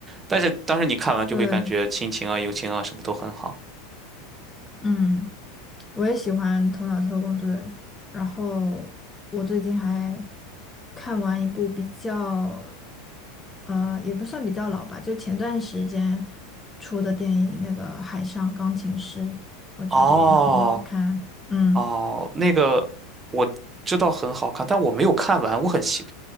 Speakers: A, on the right; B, on the left.
A: 但是当时你看完就会感觉亲情啊、
B: 对，
A: 友情啊什么都很好。
B: 嗯。我也喜欢《头脑特工队》，然后我最近还看完一部比较，呃，也不算比较老吧，就前段时间出的电影，那个《海上钢琴师》，我觉得也很好看。
A: 哦
B: 嗯
A: 哦，那个我知道很好看，但我没有看完，我很期。